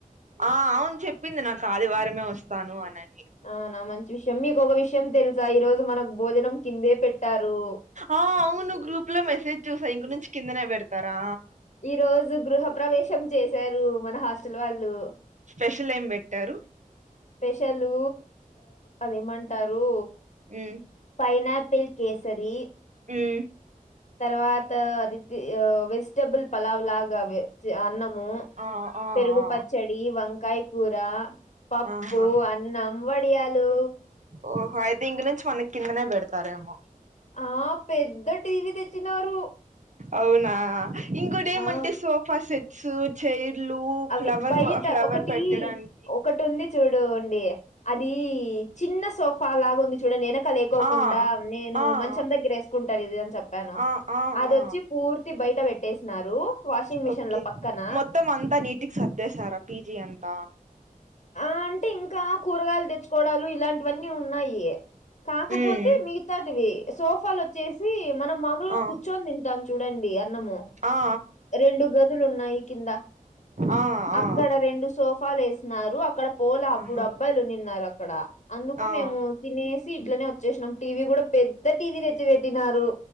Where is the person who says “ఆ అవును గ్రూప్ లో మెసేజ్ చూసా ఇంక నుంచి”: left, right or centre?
Right